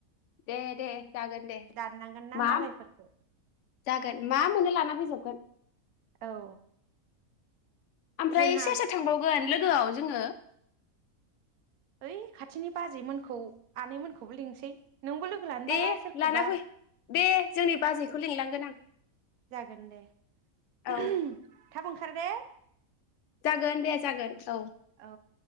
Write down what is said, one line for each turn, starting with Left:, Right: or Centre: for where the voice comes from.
Left: दे दे जागोन दे
Right: दाननांगोन ना
Left: मा
Right: दालायफोरखौ
Left: जागोन मा मोननो लाना फैसै जगोन
Right: औ
Left: ओमफ्रायसोर
Right: जोंहा
Left: सोर थांबावगोन लोगो गोदोआव जोङो
Right: ओइ खाथिनि बाजैमोनखौ आनैमोनखौबो लिंसै नोंबो लोगो लानोबा
Left: दे
Right: ला सोरखौबा
Left: लाना फै दे जोंनि बाजैखौ लिंलांगोन आं
Right: जागोन दे
Left: औ
Right: उम थाब थारदे
Left: जागोन दे जागोन औ
Right: औ